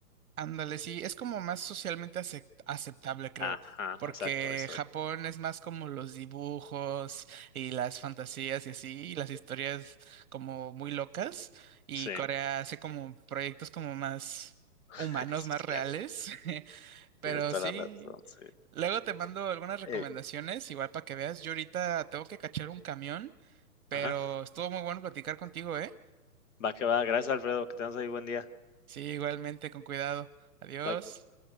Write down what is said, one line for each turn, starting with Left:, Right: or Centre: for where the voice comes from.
Right: Ándale, sí, es como más socialmente acep- aceptable, creo,
Left: Ajá,
Right: porque
Left: exacto, eso.
Right: Japón es más como los dibujos y las fantasías y así, y las historias como muy locas, y
Left: Sí,
Right: Corea hace como proyectos como más
Left: <laughs>
Right: humanos,
Left: sí,
Right: más reales,
Left: cierto.
Right: <laughs> pero
Left: Tienes toda
Right: sí.
Left: la razón, sí.
Right: Luego te mando algunas recomendaciones,
Left: Eh,
Right: igual para que veas. Yo ahorita tengo que cachar un camión, pero
Left: ajá,
Right: estuvo muy bueno platicar contigo, ¿eh?
Left: va que va. Gracias, Alfredo. Que tengas ahí buen día.
Right: Sí, igualmente, con cuidado. Adiós.
Left: Bye.